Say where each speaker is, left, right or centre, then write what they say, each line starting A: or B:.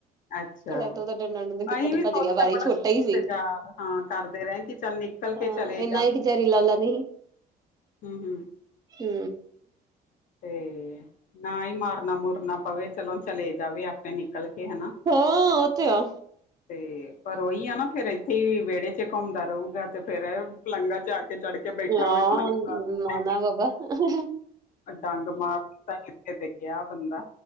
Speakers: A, on the left; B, on the right.
A: ਅੱਛਾ
B: ਥੋੜਾ ਏਦਾਂ-ਓਦਾਂ, ਡੰਡਾ-ਡੁੰਡਾ ਕੀਤਾ
A: ਅਸੀਂ
B: ਤੇ
A: ਵੀ
B: ਭੱਜ
A: ਸੋਚਿਆ
B: ਗੇਆ ਬਾਰ ਈ,
A: ਬੜਾ
B: ਛੋਟਾ ਈ
A: ਇੰਤਜ਼ਾਰ
B: ਸੀ
A: ਹਾਂ ਕਰਦੇ ਰਹੇ ਕਿ ਚੱਲ ਨਿਕਲ
B: ਆਂ,
A: ਕੇ ਚਲੇ
B: ਅੇਨਾ ਏ ਕੇ ਜ਼ਰੀਲਾ ਲਾ ਨੀ
A: ਹੂੰ-ਹੂੰ।
B: ਹੂੰ
A: ਤੇ, ਨਾ ਈ ਮਾਰਨਾ-ਮੂਰਨਾ ਪਵੇ, ਚਲੋ ਚਲੇ ਜਾਵੇ ਆਪੇ ਨਿਕਲ ਕੇ, ਹੈਨਾ
B: ਹਾਂ, ਓਥੇ ਆ
A: <inaudible> ਤੇ, ਪਰ ਓਈ ਆ ਨਾ ਫੇਰ ਏਥੇ ਈ ਵੇੜੇ ਚ ਘੁੰਮਦਾ ਰਉਗਾ ਤੇ ਫੇਰ ਪਲੰਗਾ ਚਾਕ ਚਾੜ ਕੇ ਬੈਠਾ
B: ਹਾਂ
A: ਹੋਵੇ ਫੱਨ ਖਲਾਰ
B: ਨਾ ਨਾ ਬਾਬਾ
A: ਡੰਗ ਮਾਰ ਦਿੱਤਾ ਕਿਸੇ ਦੇ ਗੇਆ ਬੰਦਾ